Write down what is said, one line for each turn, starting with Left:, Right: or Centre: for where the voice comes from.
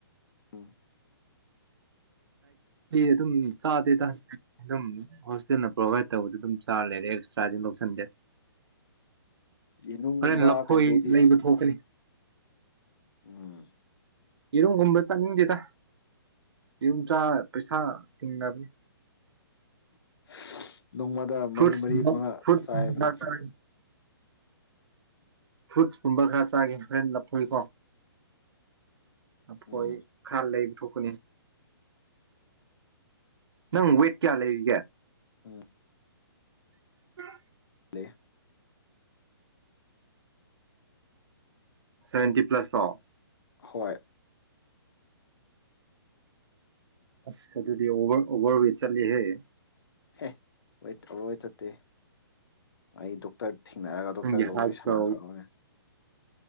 Left: ꯑꯝ
Right: ꯇꯤ ꯑꯗꯨꯝ ꯆꯥꯦ ꯑꯗꯨꯝ ꯍꯣꯁꯇꯦꯜꯅ ꯄ꯭ꯔꯣꯚꯥꯏꯠ ꯇꯧꯕꯗ ꯑꯗꯨꯝ ꯆꯥꯔ ꯂꯩꯔꯦꯁ ꯀꯗꯤ ꯂꯧꯁꯟꯗꯦ
Left: ꯌꯦꯅꯨꯡꯒꯨꯝꯕ
Right: ꯍꯣꯔꯦꯟ ꯂꯐꯣꯏ
Left: ꯀꯩꯀꯩꯗꯤ
Right: ꯂꯩꯕ ꯊꯣꯛꯀꯅꯤ
Left: ꯎꯝ
Right: ꯌꯦꯔꯨꯝꯒꯨꯝꯕ ꯆꯠꯅꯤꯡꯗꯦꯗ ꯌꯦꯔꯨꯝꯆꯥ ꯄꯩꯁꯥ ꯇꯤꯡꯉꯅꯕꯅꯤ
Left: <inaudible> ꯅꯣꯡꯃꯗ
Right: ꯐ꯭ꯔꯨꯠꯁ
Left: ꯃꯔꯤ ꯃꯔꯤ ꯃꯉꯥ
Right: ꯐ꯭ꯔꯨꯠ
Left: ꯆꯥꯏ ꯍꯥꯏꯕ
Right: ꯈꯔ
Left: ꯅꯠꯇ꯭ꯔꯣ
Right: ꯆꯥꯒꯦ ꯐ꯭ꯔꯨꯠꯁ ꯀꯨꯝꯕ ꯈꯔ ꯆꯥꯒꯦ ꯍꯣꯔꯦꯟ ꯂꯞꯊꯣꯛꯏꯀꯣ ꯑꯩꯐꯣꯏ
Left: ꯎꯝ
Right: ꯈꯔ ꯂꯩꯕ ꯊꯣꯛ ꯀꯏ ꯅꯪ ꯋꯦꯠ ꯀꯌꯥ ꯂꯩꯔꯤꯒꯦ
Left: ꯎꯝ
Right: <inaudible>
Left: ꯂꯦ
Right: ꯁꯚꯦꯟꯇꯤ ꯄ꯭ꯂꯁ ꯐ꯭ꯔꯣ
Left: ꯍꯣꯏ
Right: ꯑꯁ ꯑꯗꯨꯗꯤ ꯑꯣꯚꯔ ꯑꯣꯚꯔꯋꯦꯠ ꯆꯦꯍꯦ
Left: ꯑꯦ ꯍꯣꯏꯣꯏ ꯍꯣꯏ ꯆꯠꯇꯦ ꯑꯩ ꯗꯣꯛꯇꯔ ꯊꯦꯡꯅꯔꯒ ꯗꯣꯛꯇꯔꯒ
Right: ꯅꯪꯒꯤ ꯍꯥꯏꯠꯀ
Left: ꯋꯥꯔꯤ ꯁꯥꯟꯅꯈ꯭ꯔꯕꯣꯏꯅꯦ